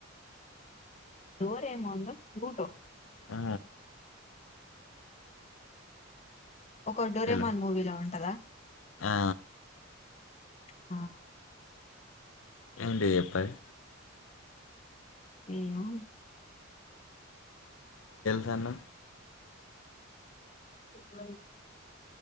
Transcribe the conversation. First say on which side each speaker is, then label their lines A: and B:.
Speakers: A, on the left; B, on the left.
A: డోరమాన్ లో ఫ్లూటో
B: ఆ
A: ఒక డొరేమాన్
B: తెలు
A: మూవీలో ఉంటదా
B: ఆ
A: ఆ
B: ఏంటిది చెప్పు అది
A: ఏమో
B: సను
A: ఇప్పుడే